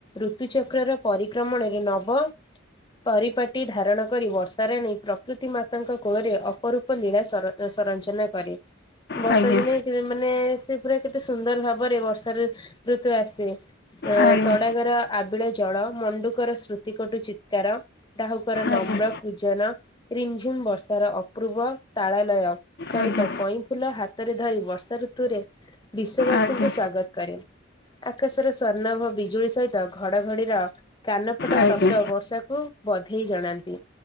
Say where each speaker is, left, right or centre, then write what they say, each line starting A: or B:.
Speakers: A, on the left; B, on the left.
A: ଋତୁଚକ୍ରର ପରିକ୍ରମଣରେ ନବ ପରିପାଟି ଧାରଣ କରି ବର୍ଷା ରାଣୀ ପ୍ରକୃତି ମାତାଙ୍କ କୋଳରେ ଅପରୂପ ଲୀଳା ସର ସରଞ୍ଚନା କରେ। ବର୍ଷାଦିନେ
B: ଆଜ୍ଞା
A: କେ ମାନେ ସେ ପୁରା କେତେ ସୁନ୍ଦର ଭାବରେ ବର୍ଷା ରେ ଋତୁ ଆସେ। ଏଁ
B: ଆଜ୍ଞା
A: ତଡାଗର ଆବିଳ ଜଳ ମଣ୍ଡୁକର ସ୍ମୃତିକଟୁ ଚିତ୍କାର ଡାହୁକର ନମ୍ର
B: ଆଜ୍ଞା
A: କୁଜନ ରିମଝିମ୍ ବର୍ଷାର ଅପୃବ ତାଳଲୟ ସହିତ
B: ଆଜ୍ଞା
A: କଇଁ ଫୁଲ ହାତରେ ଧରି ବର୍ଷାଋତୁରେ ବିଶ୍ଵବାସୀଙ୍କୁ
B: ଆଜ୍ଞା
A: ସ୍ଵାଗତ କରେ। ଆକାଶର ସ୍ବର୍ଣ୍ଣାଭ ବିଜୁଳି ସହିତ ଘଡଘଡିର କାନଫଟା
B: ଆଜ୍ଞା
A: ଶବ୍ଦ ବର୍ଷାକୁ ବଧେଇ ଜଣାନ୍ତି।